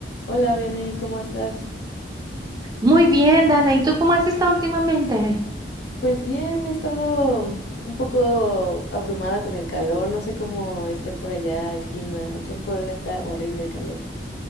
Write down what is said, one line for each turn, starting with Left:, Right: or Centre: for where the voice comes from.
Left: Hola, Vianey, ¿cómo estás?
Right: Muy bien, Dana. ¿Y tú cómo has estado últimamente?
Left: Pues bien, he estado un poco abrumada con el calor, no sé cómo esté por allá el clima. Aquí en Puebla está horrible el calor.